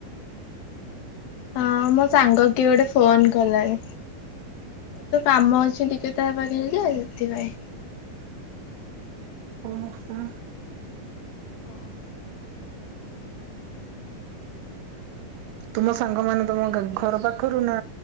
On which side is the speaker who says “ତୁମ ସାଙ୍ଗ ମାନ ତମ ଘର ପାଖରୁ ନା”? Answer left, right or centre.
Right